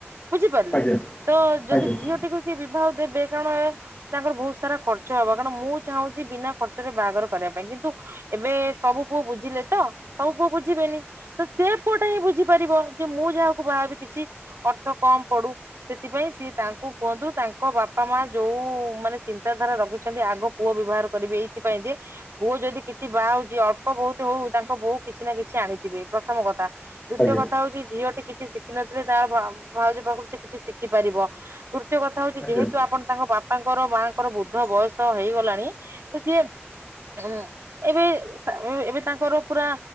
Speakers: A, on the right (about 75°); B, on the left (about 30°).
A: ବୁଝିପାରିଲେ
B: ଆଜ୍ଞା
A: ତ ଯଦି
B: ଆଜ୍ଞା ଆଜ୍ଞା
A: ଝିଅଟି କୁ ସେ ବିବାହ ଦେବେ କାରଣ ତାଙ୍କର ବହୁତ୍ ସାରା ଖର୍ଚ୍ଚ ହବ କାରଣ ମୁଁ ଚାହୁଁଛି ବିନା ଖର୍ଚ୍ଚରେ ବାହାଘର କରିବା ପାଇଁ କିନ୍ତୁ ଏବେ ସବୁ ପୁଅ ବୁଝିଲେ ତ ସବୁ ପୁଅ ବୁଝିବେନି ତ ସେ ପୁଅଟା ହିଁ ବୁଝିପାରିବ। ଯେ ମୁଁ ଯାହାକୁ ବାହାହେବି କିଛି ଅର୍ଥ କମ୍ ପଡୁ। ସେଥିପାଇଁ ସିଏ ତାଙ୍କୁ କୁହନ୍ତୁ ତାଙ୍କ ବାପା ମା ଯୋଉ ମାନେ ଚିନ୍ତାଧାରା ରଖିଛନ୍ତି ଆଗ ପୁଅ ବିବାହର କରିବେ ଏଇଥିପାଇଁ ଯେ ପୁଅ ଯଦି କିଛି ବାହା ହଉଚି ଅଳ୍ପ ବହୁତ୍ ହଉ ତାଙ୍କ ବୋହୁ କିଛି ନା କିଛି ଆଣିଥିବେ। ପ୍ରଥମ କଥା ଦ୍ଵିତୀୟ
B: ଆଜ୍ଞା
A: କଥା ହଉଛି ଝିଅଟି କିଛି ସି କି ନଥିଲେ ତା ଭାଉଜ ପାଖରୁ ସେ କିଛି ଶିଖି ପାରିବ ତୃତୀୟ କଥା ହଉଛି
B: ଆଜ୍ଞା
A: ଯେହେତୁ ଆପଣ ତାଙ୍କ ବାପାଙ୍କର ମାଆଙ୍କର ବୁଦ୍ଧ ବୟସ ହେଇଗଲାଣି ତ ସିଏ ହୁଁ ଏବେ <unintelligible> ଏବେ ତାଙ୍କର ପୁରା